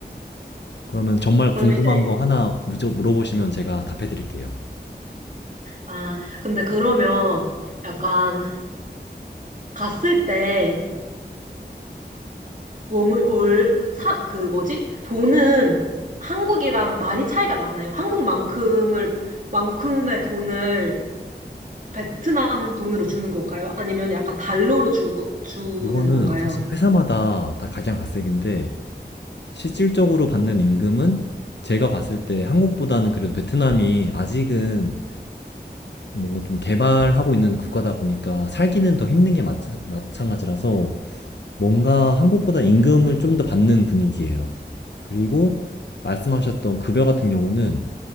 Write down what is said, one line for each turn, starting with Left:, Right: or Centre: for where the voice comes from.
Left: 그러면 정말
Right: 그러면
Left: 궁금한
Right: 이제
Left: 거 하나 무조- 물어보시면 제가 답해 드릴게요.
Right: 아 근데 그러면 약간 갔을 때어 원을 월사그 뭐지 돈은 한국이랑 많이 차이가 나나요? 한국만큼을 만큼의 돈을 베트남 돈으로 주는 건가요? 아니면 약간 달러로 주, 주는
Left: 그거는
Right: 건가요?
Left: 사실 회사마다 다 각양각색인데 실질적으로 받는 임금은 제가 봤을 때 한국보다는 그래도 베트남이 아직은 뭔가 좀 개발하고 있는 국가다 보니까 살기는 더 힘든 게 마찬- 마찬가지라서 뭔가 한국보다 임금을 좀 더 받는 분위기예요. 그리고 말씀하셨던 급여 같은 경우는